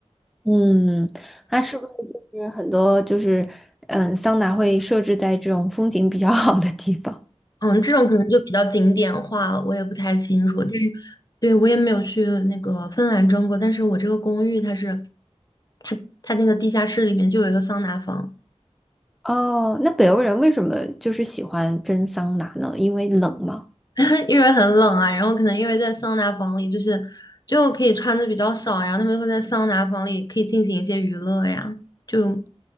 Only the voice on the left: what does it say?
嗯，这种可能就比较景点化了，我也不太清楚。但是，对，我也没有去那个芬兰蒸过，但是我这个公寓它是，它它那个地下室里面就有一个桑拿房。
<laughs> 因为很冷啊，然后可能因为在桑拿房里，就是就可以穿的比较少，然后他们会在桑拿房里可以进行一些娱乐呀，就